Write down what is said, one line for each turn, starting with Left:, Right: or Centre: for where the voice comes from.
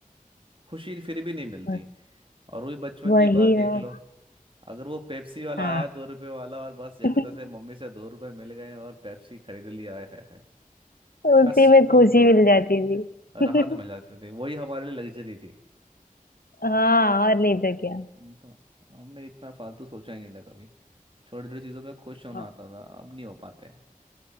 Right: खुशी फिर भी नहीं मिलती
Left: बस
Right: और वही बचपन
Left: वही
Right: की बात देख
Left: ना
Right: लो अगर वो पेप्सी वाला
Left: हाँ
Right: आया दो रुपए वाला और बस जैसे
Left: <laughs>
Right: तैसे मम्मी से दो रुपए मिल गए और पेप्सी खरीद लिया है, है, है।
Left: उसी
Right: क्या सुकून
Left: में खुशी
Right: मिला
Left: मिल जाती थी
Right: राहत मिल
Left: <laughs>
Right: जाती थी वही हमारे लिए लग्जरी थी
Left: हाँ और नहीं तो क्या
Right: नहीं तो हमने इतना फालतू सोचा ही नहीं था कभी छोटी छोटी चीज़ों पे खुश होना
Left: हाँ
Right: आता था अब नहीं हो पाते